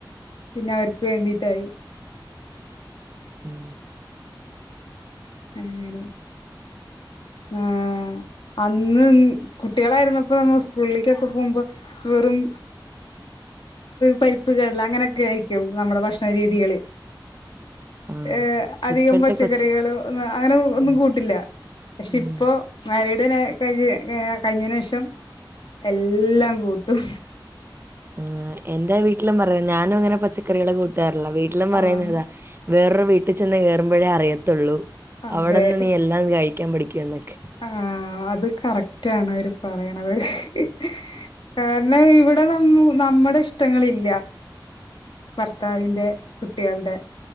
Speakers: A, on the left; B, on the right.
A: പിന്നെ അവർക്ക് വേണ്ടീട്ടായി.
B: ഉം
A: അങ്ങനെ ആഹ് അന്ന് കുട്ടികളായിരുന്നപ്പോ നമ്മ സ്കൂളിലേക്കൊക്കെ പോവുമ്പോ വെറും പരിപ്പ്, കടല അങ്ങനൊക്കേയായിരിക്കും നമ്മടെ ഭക്ഷണ രീതികള്.
B: ആ
A: ഏ അധികം
B: ഇപ്പോഴത്തെ
A: പച്ചക്കറികൾ
B: കൊച്ചു
A: ഒന്ന് അങ്ങനെ ഒന്നും
B: ഉം,
A: കൂട്ടില്ല. പക്ഷേ
B: ഉം.
A: പ്പോ മരീഡി ന കഴിഞ്ഞ് ഏ കഴ്ഞ്ഞേനേഷം എല്ലാം കൂട്ടും.
B: ഏ എന്റെ വീട്ടിലും പറയാ ഞാനങ്ങനെ പച്ചക്കറികളെ കൂട്ടാറില്ല വീട്ടിലും പറയുന്നതാ
A: ആഹ്
B: വേറൊരു വീട്ടി ചെന്ന് കയറുമ്പഴേ അറിയത്തൊള്ളൂ
A: അതെ
B: അവിടെന്ന് നീ എല്ലാം കഴിക്കാൻ പഠിക്കാൻ നോക്ക്
A: ആ അത് കറക്റ്റ് ആണ് ഒരു പറയണത് ഹ് ഹ് കാരണം ഇവിടെ വന്നു നമ്മുടെ ഇഷ്ടങ്ങളില്ല ഭർത്താവിൻ്റെ കുട്ടികളുടെ